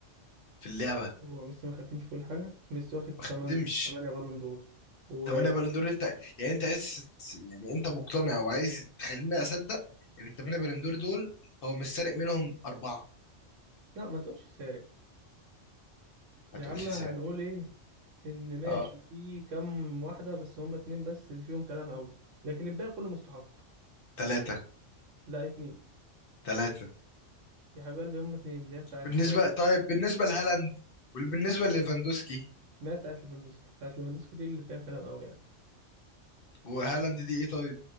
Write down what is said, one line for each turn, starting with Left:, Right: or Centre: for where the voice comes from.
Left: في اللعبه
Right: هو ميسي ما خدتمش كل حاجه ميسي واخد 8
Left: ما ختمش
Right: 8 بالون دور و
Left: تمانية بالون دور انت يعني انت عايز يعني انت مقتنع وعايز تخليني اصدق ان التمانية بالون دور دول هو مش سارق منهم اربعة
Right: لا ما تقولش سارق
Left: ما
Right: يا
Left: تقولش
Right: عم هنقول
Left: سارق
Right: ايه ان ماشي
Left: اه
Right: في كام واحده بس هم اتنين بس اللي فيهم كلام قوي لكن الباقي كله مستحق
Left: ثلاثة
Right: لا اتنين
Left: ثلاثة
Right: يا حبيب قلبي هم اتنين اللي هي بتاعت
Left: بالنسبة طيب بالنسبة لهالاند وبالنسبة لليفاندوسكي
Right: ما هي بتاعت ليفاندوسكي بتاعت ليفاندوسكي دي اللي فيها كلام قوي يعني
Left: وهالاند دي ايه طيب